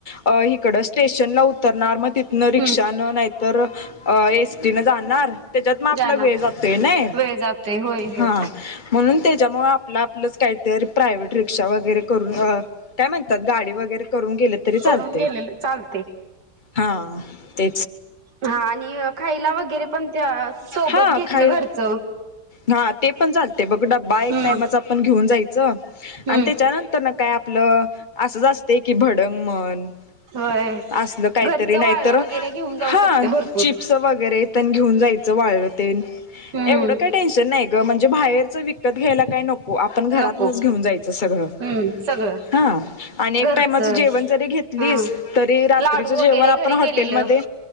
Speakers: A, on the left; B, on the right.
A: अ इकडं स्टे शनला उतरणार मग तिथन रिक्षान
B: हम्म
A: नाहीतर अ एसटी न जाणार त्याच्यात मग आपला
B: जाणार
A: वेळ जातोय नाइ
B: वेळ जातोय होय होय
A: हा म्हणून त्याच्यामुळ आपलं आपलंच काहीतरी प्रायव्हेट रिक्षा वगैरे करून अ काय म्हणतात गाडी वगैरे करून गेले तरी चालते
B: करून गेलेल चालते
A: हा ते
B: हा आणि खायला वगैरे पण त्या सोबत
A: हा
B: घेतलं
A: खायला
B: घरच
A: हा ते पण चालतय बघ डब्बा एक
B: हम्म
A: टाइमाच आपण घेऊन जायचं आणि
B: हम्म
A: त्याच्यानंतर ना काय आपलं असंच असतंय की भडंग म्हण
B: होय
A: असलं काहीतरी
B: घरचं
A: नाहीतर
B: वाळलं वगैरे घेऊन जाऊ
A: हा
B: शकतोय भरपूर.
A: चिप्स वगैरे पण घेऊन जायच वाळल तेन
B: हम्म
A: एवढं काय टेन्शन नाही ग म्हणजे बाहेरच विक विकत घ्यायला काय नको हो आपण घरातनच
B: नको
A: घेऊन जायच सगळं
B: हम्म सगळं
A: ह आणि एक
B: घरचं
A: टायमाच जेवण जरी घेत घेतलीस
B: हम्म.
A: तरी रात्रीच
B: लाडू
A: जेवण
B: वगैरे
A: आपण
B: घरी
A: हा हॉटेलमध्ये
B: केलेलं.